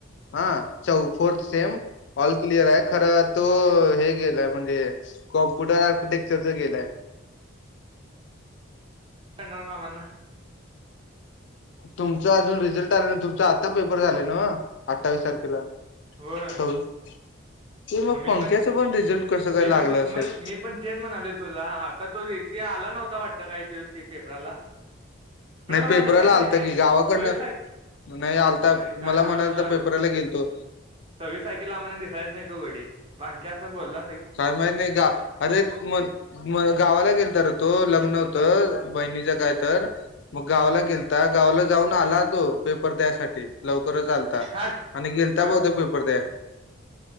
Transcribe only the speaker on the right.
<unintelligible>
होय,
मग मी
पण
मी
पण
म मी पण तेच म्हणाले तुला आता तो व्यक्ती आला नव्हता वाटत काही दिवस पेपराला.
मला दिसायच नाही
रे
सव्वीस तारखे
अरे काय
सांगाल
तुला
सव्वीस तारखेला आम्हाला दिसायच नाही तो गडी, <unintelligible> कस बोलता
हाड
हा